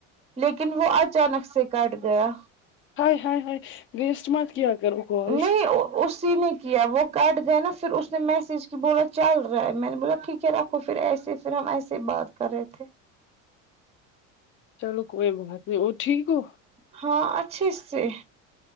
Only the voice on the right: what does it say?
لیکن وہ اچانک سے کٹ گیا
نہیں اسی نے کیا وہ کٹ گیا نا پھر اس نے میسج کی بولا چل رہا ہے میں نے بولا ٹھیک رکھو پھر ایسے پھر ہم ایسے ہی بات کر رہے تھے
ہاں اچھے سے